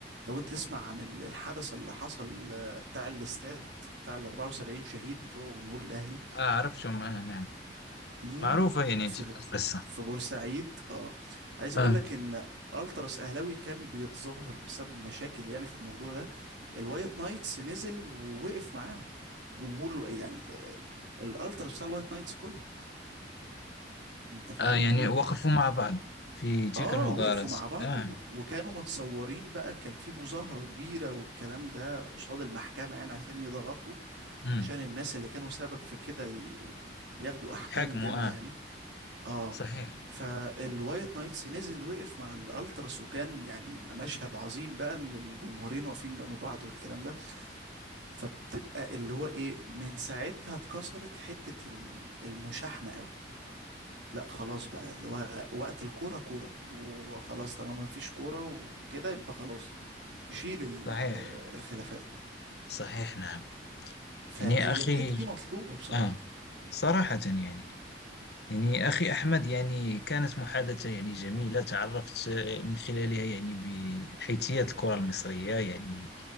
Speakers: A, on the right (about 85°); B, on the left (about 65°).
A: لو انت تسمع عن ال- الحدث اللي حصل آه، بتاع الاستاد بتاع ال 74 شهيد بتوع جمهور الاهلي
B: آه عرفتهم آه نعم
A: امم
B: معروفة يعني
A: في
B: تلك
A: ب...
B: القصة
A: في بورسعيد اه عايز اقول
B: آه
A: لك ان التراس اهلاوي كان بيتظاهر بسبب مشاكل يعني في الموضوع ده الوايت نايتس نزل ووقف معاهم جمهور ال- يعني آه، الالتراس بتاع الوايت نايتس كله انت فاهمني
B: آه يعني وقفوا مع بعض في تلك
A: اه
B: المباراة
A: وقفوا مع بعض
B: آه
A: و... وكانوا متصورين بقى كان في مظاهرة كبيرة والكلام ده قصاد المحكمة يعني عشان يضغطوا
B: مم.
A: عشان الناس اللي كانوا سبب في كده ي... ياخدوا احكام
B: يتحاكموا
A: جامدة يعني
B: آه
A: اه
B: صحيح
A: فالوايت نايتس نزل وقف مع الالتراس وكان يعني مشهد عظيم بقى ان الجمهورين واقفين جنب بعض والكلام ده فبتبقى اللي هو ايه من ساعتها اتكسرت حتة ال- المشاحنة قوي لا خلاص بقى اللي هو وقت الكورة كورة وخلاص طالما مفيش كورة وكده يبقى خلاص شيل ال-
B: صحيح
A: آه، الخلافات
B: صحيح نعم
A: فهي
B: يعني يا أخي
A: الحتة دي مطلوبة بصراحة
B: آه صراحة يعني يعني أخي أحمد يعني كانت محادثة يعني جميلة تعرفت آه، من خلالها يعني بحيثيات الكرة المصرية يعني